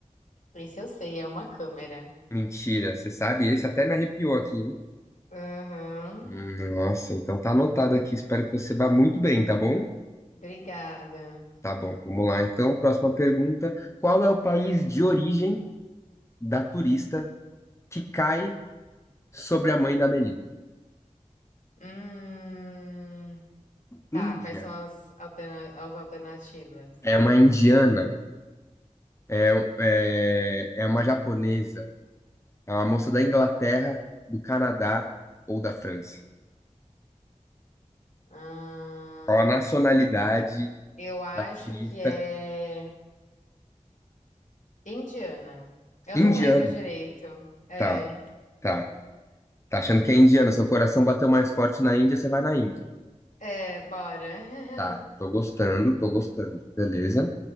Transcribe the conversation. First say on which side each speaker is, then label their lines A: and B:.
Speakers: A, on the left; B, on the left.
A: Esse eu sei, é uma câmera.
B: Mentira, você sabe? Esse até me arrepiou aqui, hein?
A: Uhum.
B: Hum, Nossa, então tá anotado aqui. Espero que você vá muito bem, tá bom?
A: Obrigada.
B: Tá bom, vamos lá. Então, próxima pergunta. Qual é o país de origem da turista que cai sobre a mãe da Amélie?
A: Hum, tá,
B: Índia.
A: quais são as, alterna- as alternativas?
B: É uma indiana, é, é, é uma japonesa, é uma moça da Inglaterra, do Canadá ou da França?
A: Ah,
B: Qual a nacionalidade
A: eu acho
B: da turista?
A: que é Indiana. Eu
B: Indiano.
A: não lembro direito. É,
B: Tá, tá. Tá achando que é indiano? Seu coração bateu mais forte na Índia, você vai na Índia.
A: é, bora. <laughs>
B: Tá, tô gostando, tô gostando. Beleza.